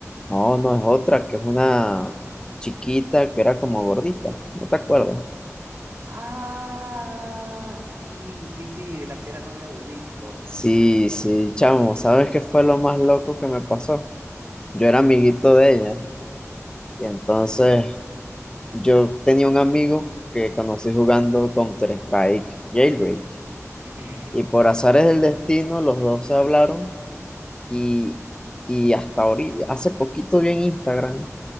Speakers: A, on the left; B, on the right.
A: No, no, es otra, que es una
B: Otra.
A: chiquita que era como gordita, no te acuerdo.
B: Ah, sí, sí, sí, la que era novia de Víctor.
A: Sí, sí, chamo, ¿sabes qué fue lo más loco que me pasó? Yo era amiguito de ella y entonces yo tenía un amigo que conocí jugando Counter-Strike Jailbreak.
B: Ujú,
A: Y por azares del destino, los dos se hablaron y, y hasta ahorita, hace poquito vi en Instagram